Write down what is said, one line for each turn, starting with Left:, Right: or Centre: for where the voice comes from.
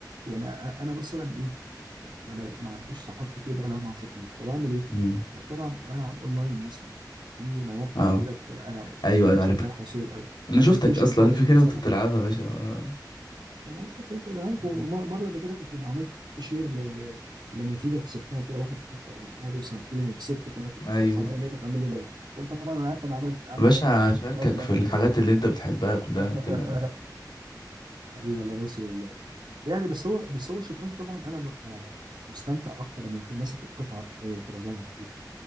Right: يعني أ- انا مثلا ايه لا، ما, بلاقي... ما عنديش صحاب كتير بلعب معاهم شطرنج فبعمل ايه؟
Left: امم
Right: بضطر العب العب اونلاين مثلا في مواقع
Left: اه
Right: كده بتبقى
Left: ايوه ايوه
Right: مش
Left: عارفها
Right: مواقع سوري
Left: انا
Right: ابلكيشن
Left: شفتك اصلا
Right: كده
Left: انا
Right: بتنزلها
Left: فاكر وانت بتلعبها يا باشا آه.
Right: ما انا عارف انت انا عارف
Left: مم.
Right: وم- مره قبل كده كنت عملت شير ل... ل... لنتيجه كسبتها كده واحد قعدت العبه ساعتين وكسبته فانا كنت
Left: ايوه
Right: فرحان قوي لقيتك عامل لي لايك وانت طبعا انا عارف انا عملت عامل
Left: يا باشا
Right: لايك على ايه
Left: اشاركك
Right: عملت لايك
Left: في الحاجات
Right: خلاص
Left: اللي انت بتحبها كلها
Right: <laughs>
Left: ما تقلقش
Right: حبيبي الله راسي والله يعني بس هو بس هو الشطرنج طبعا انا ببقى مستمتع اكتر لما بكون ماسك القطعه في ايديا كده وبلعب بيها